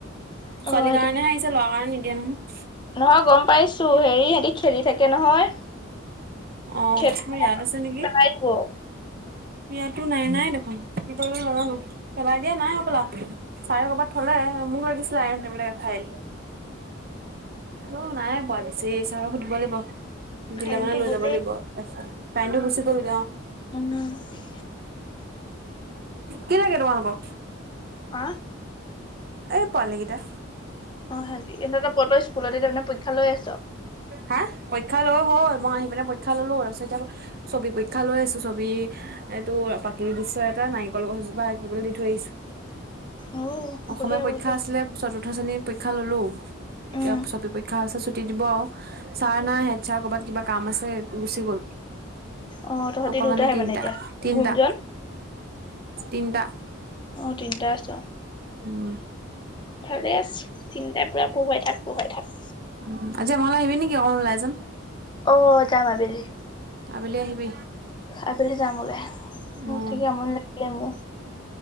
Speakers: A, on the left (about 25°); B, on the right (about 50°).
A: অ
B: ছোৱালীৰ
A: সিহঁতি
B: কাৰণেহে আহিছে ল'ৰা কাৰণে নিদিয়ে নহয়।
A: নহয় গ'ম পাইছো হেৰি, সিহঁতি খেলি থাকে নহয়।
B: অ',
A: খেলি
B: মোৰ ইয়াত আছে নেকি?
A: পেলাই দিব অ
B: ইয়াতো নাই নাই দেখোন কি কৰিলে নাজানো পেলাই দিয়া নাই হ'বলা। চাৰে ক'বাত থ'লে মোক লাগিছিলে আইৰণ টেবলেট এফাইল। ৰ' নায়ে পোৱা বিচাৰি চাৰক সুধিব লাগিব
A: কাৰেণ্টটো
B: দিলে মানে লৈ
A: গ'লেই
B: যা ব এফাল টামটো গুচি গ'ল গে অ'।
A: <unintelligible>
B: কি লাগে তোমালোকক?
A: অ'।
B: এই পোৱালি গিটা।
A: অ', হেতি <unintelligible> স্কুল <unintelligible> পৰীক্ষা লৈ আছ?
B: হা? পৰীক্ষা লৈ হ'ল মই আহি পিনে পৰীক্ষা ল'লো তাৰপিছত এতিয়া ছবি পৰীক্ষা লৈ আছো ছবি এই তোৰ প্ৰাকৃতিক দৃ্ শ্য এটা নাৰিকল গছজোপা আঁকিবলৈ দি থৈ আহিছো,
A: অ
B: অসমীয়া
A: বঢ়িয়া
B: পৰীক্ষা
A: বঢ়িয়া
B: আছিলে চ চতুৰ্থ শ্ৰেণীৰ পৰীক্ষা ল'লোঁ এতিয়া
A: উম
B: ছবি পৰিক্ষা আছে ছুটি দিব আৰু। ছাৰ নাই হেড ছাৰ কৰ'বাত কিবা কাম আছে গুচি গ'ল।
A: অ তহঁতি
B: অকল
A: দুটাহে
B: আমি তিনিটা
A: মানে এতিয়া
B: তিনিটা
A: গুণজন
B: তিনিটা।
A: অ', তিনটা আছ।
B: উম।
A: ভালে আছ তিনতাই পুৰা পঢ়ুৱাই থাক পঢ়ুৱাই থাক।
B: উম, উম, আজি আমাৰ ঘৰলে আহিবি নেকি অকমান ওলাই যাম?
A: অ', যাম আবেলি।
B: আবেলি আহিবি।
A: আবেলি যাম ওলাই <unintelligible>
B: উম
A: থাকি আমনি লাগিলে মোৰ।